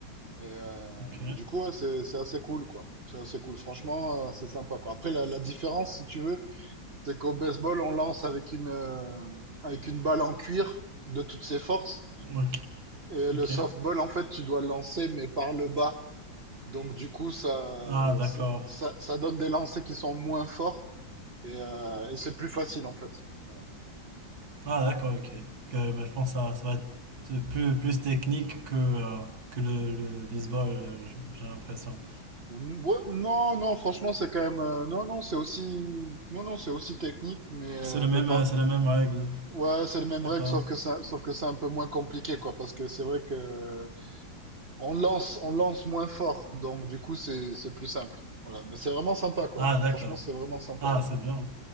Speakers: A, on the right; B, on the right.
A: et, euh,
B: ok,
A: et du coup, ouais, c'est, c'est assez cool, quoi. C'est assez cool, franchement, euh, c'est sympa, quoi. Après, la, la différence, si tu veux, c'est qu'au baseball, on lance avec une, euh, avec une balle en cuir de toutes ses forces,
B: ok,
A: et le
B: ok.
A: softball, en fait, tu dois le lancer, mais par le bas. Donc, du coup, ça,
B: Ah, d'accord.
A: ça, ça- ça donne des lancers qui sont moins forts et, euh, et c'est plus facile, en fait. Voilà.
B: Ah, d'accord, ok. Ok, bah, je pense que ça, ça va être plus, plus technique que, euh, que le, le baseball, euh, j- j'ai l'impression.
A: Ou- ouais, non, non, franchement, c'est quand même. euh, non, non, c'est aussi. Non, non, c'est aussi technique, mais, euh,
B: C'est le même,
A: mais par.
B: euh, c'est la même règle.
A: Ouais, c'est le même
B: D'accord.
A: règle, sauf que ça, sauf que c'est un peu moins compliqué, quoi, parce que c'est vrai que on lance, on lance moins fort, donc du coup, c'est, c'est plus simple. Voilà. Mais c'est vraiment sympa, quoi.
B: Ah, d'accord.
A: Franchement, c'est vraiment sympa,
B: Ah,
A: ouais.
B: c'est bien.